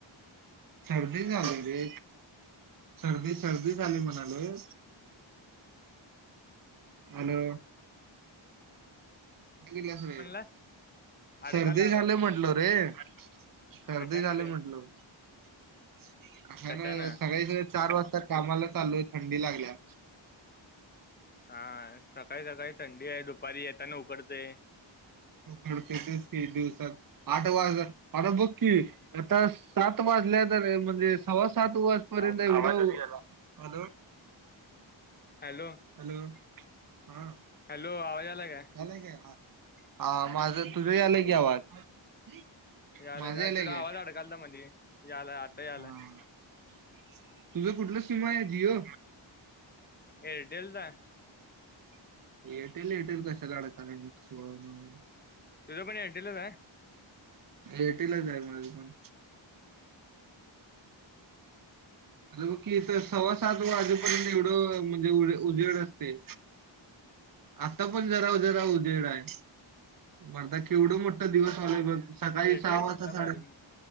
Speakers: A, on the right; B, on the left.
A: सर्दी झाल्या रे सर्दी सर्दी झाला, म्हणालोय. हॅलो! कुठ? गेलायस रे
B: म्हणलास अडकाला
A: सर्दी
B: आवाज
A: झाल म्हंटलो रे. <unintelligible> सर्दी
B: कशानं
A: झाली
B: रे
A: म्हटलं. <inaudible> हा,
B: कशानं
A: ना सगळीचं. चार वाजता कामाला चालोय थंडी लागल्या.
B: हा सकाळी सकाळी थंडी आहे दुपारी येताना उकडतयं.
A: <unintelligible> आठ वाजलं आर बगं की, आता सात वाजल्यात आणि म्हणजे सव्वा सात वाजेपर्यंत
B: आवल
A: एवढं हॅलो!
B: Hello
A: hello! ह
B: हँलो आवाज आला काय
A: झालयं काय? <unintelligible> माझं तुझंही आलंय की आवाज. <unintelligible>
B: यालाय
A: माझं
B: अरे! तुझा, आवाज
A: काय
B: अडकालता म्हधी. यालाय आता यालाय.
A: हा <unintelligible> तुझं कुठल सीम आहे जियो.
B: एअरटेलच आहे.
A: <unintelligible> ते एअरटेल कशात अडकालय मग. <unintelligible>
B: तुझं पण एअरटेल च आहे.
A: एअरटेल च आहे माझं पण. आता बघ की सव्वा सात वाजेपर्यंत एवढं म्हणजे उजेड असते. आता पण जरा जरा उजेड आहे. मरडा केवढं मोठ दिवस व्हाव्यात बघ. सकाळी
B: एअरटेल
A: सहा वाजता
B: पडला बारीक
A: साडे